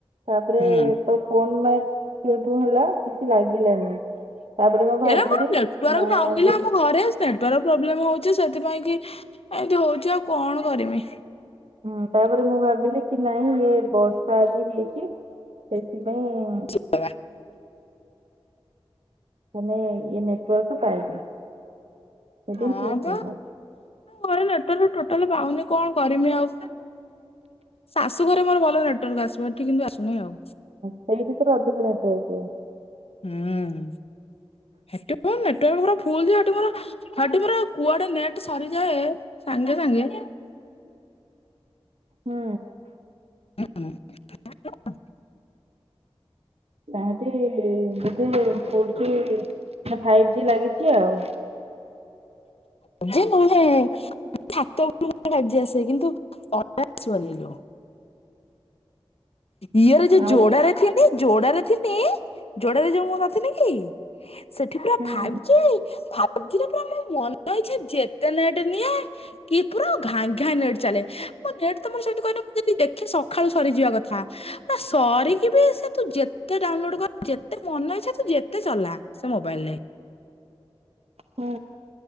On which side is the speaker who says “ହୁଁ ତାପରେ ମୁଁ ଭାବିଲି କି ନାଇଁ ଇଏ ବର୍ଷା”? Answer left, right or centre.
Right